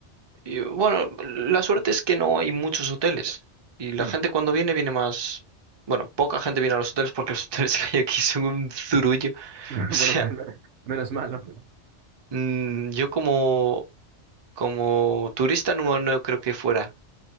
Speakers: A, on the right; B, on the right.
A: Y bueno, la suerte es que no hay muchos hoteles. Y la
B: Hmm.
A: gente cuando viene, viene más. Bueno, poca gente viene a los hoteles porque los <laughs> hoteles que hay aquí son un zurullo. <laughs>
B: <laughs>
A: O sea,
B: Bueno, pues no- menos mal, ¿no?
A: mm, yo como, como turista no, no creo que fuera.